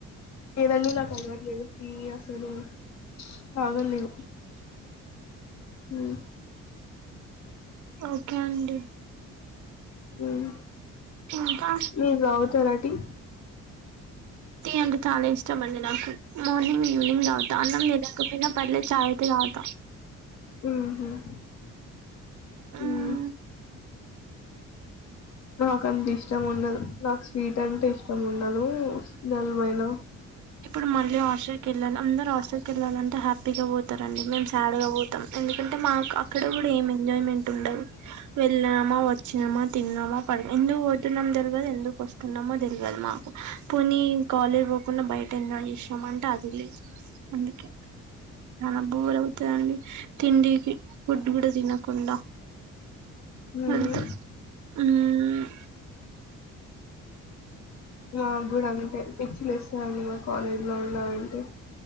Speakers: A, on the left (about 60°); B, on the right (about 75°).
A: లేదండి నాకు అలవట్లేదు టీ అసలు తాగను నేను హ్మ్
B: ఓకే అండి
A: హ్మ్
B: ఇంకా
A: మీరు తాగుతారా టీ
B: టీ అంటే చాలా ఇష్టం అండి నాకు మార్నింగ్ నిన్ దౌత అన్నం తినకపోయిన పార్లే చాయ్ అయితే తాగ్
A: మ్ హుమ్
B: మ్మ్
A: మ్ నాక్ అంత్ ఇష్టం ఉండదు నాక్ స్వీట్ అంటే ఇష్టం ఉన్ లలూ జల్మైైన
B: ఇప్పుడు మళ్ళీ హాస్టల్ కెళ్ళాలే అందర్ హాస్టల్ ఎళ్ళాలాంటే హ్యాపీ గా పోత్ తరండి మేం స్యడ్ గ వొత్ ఎందుకంటే మాకు అక్కడ కూడా ఏం ఎంజాయ్మెంట్ ఉండదు. వె పిల్నమా వచ్చినామా తిన్నామా పడ ఎందుకు పోతున్నామా తెల్వదు ఎందుకు వస్తున్నామో తెల్వదు మాకు పోని కాలేజ్ పోకుండా బయట ఎంజాయ్ చేసామంటే అది లేదు అందుకే చాలా బోరు అవుతదండి తిండికి ఫుడ్ కూడా తినకుండా
A: ఉమ్
B: వెళ్తూ హ్మ్
A: నాగ్గూడ అంతే పిక్లె స్ <unintelligible> కాలేజ్ లో ఉండాలంటే